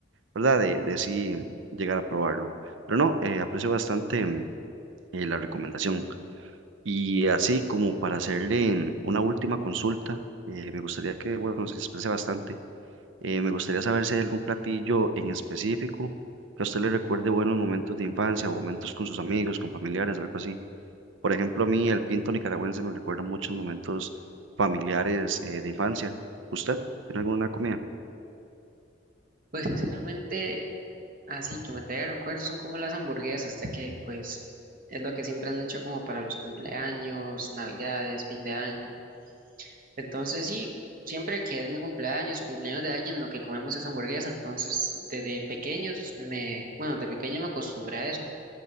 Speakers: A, on the right (about 70°); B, on the right (about 45°).
A: ¿verdad? De, de sí llegar a probarlo. Pero no, eh, aprecio bastante mm, eh, la recomendación. Y así como para hacerle mm, una última consulta, eh, me gustaría que, bueno, se exprese bastante. Eh, me gustaría saber si hay algún platillo en específico que a usted le recuerde buenos momentos de infancia o momentos con sus amigos, con familiares, algo así. Por ejemplo, a mí el pinto nicaragüense me recuerda muchos momentos familiares eh, de infancia. ¿Usted tiene alguna comida?
B: Pues sinceramente, así que me traiga recuerdos son como las hamburguesas, ya que pues es lo que siempre han hecho como para los cumpleaños, navidades, fin de año. Entonces sí, siempre que es mi cumpleaños o cumpleaños de alguien, lo que comemos es hamburguesa. Entonces desde pequeños me, bueno, de pequeño me acostumbré a eso.